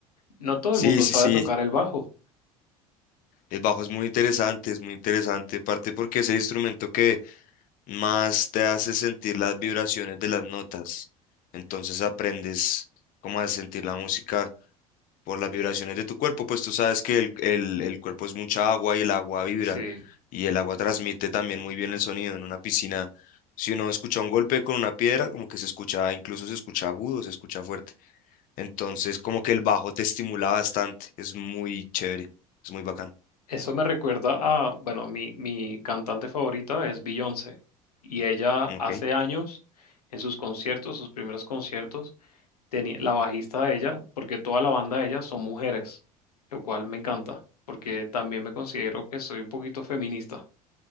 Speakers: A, on the left (about 85°); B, on the left (about 45°).
A: No todo
B: Sí,
A: el mundo
B: sí,
A: sabe
B: sí.
A: tocar el bajo.
B: El bajo es muy interesante, es muy interesante, parte porque es el instrumento que más te hace sentir las vibraciones de las notas. Entonces aprendes cómo a sentir la música por las vibraciones de tu cuerpo, pues tú sabes que el, el- el cuerpo es mucha agua y el agua vibra
A: Sí.
B: y el agua transmite también muy bien el sonido en una piscina. Si uno escucha un golpe con una piedra, como que se escucha, incluso se escucha agudo, se escucha fuerte. Entonces, como que el bajo te estimula bastante, es muy chévere, es muy bacano.
A: Eso me recuerda a, bueno, mi, mi cantante favorita es Beyoncé. Y ella
B: Ok.
A: hace años, en sus conciertos, sus primeros conciertos, tenía la bajista de ella, porque toda la banda de ella son mujeres, lo cual me encanta, porque también me considero que soy un poquito feminista.